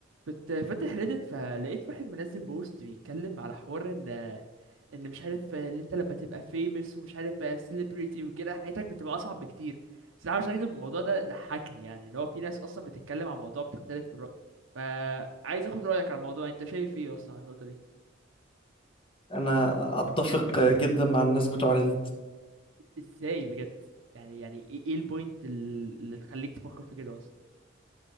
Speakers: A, on the right (about 75°); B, on the left (about 25°).
A: كنت فاتح ريدت فلقيت واحد منزل بوست بيتكلم على حوار ان ان مش عارف ان انت لما تبقى famous ومش عارف بقى celebrity وكده حياتك بتبقى اصعب بكتير صراحة مش هكدب الموضوع ده ضحكني يعني اللي هو في ناس اصلا بتتكلم عن موضوع بتختلف في الرأي فعايز اخد رأيك على الموضوع انت شايف ايه اصلا عن النقطة دي
B: انا اتفق جدا مع الناس بتوع ريدت
A: ازاي بجد يعني يعني ايه ايه البوينت ال- اللي تخليك تفكر في كده اصلا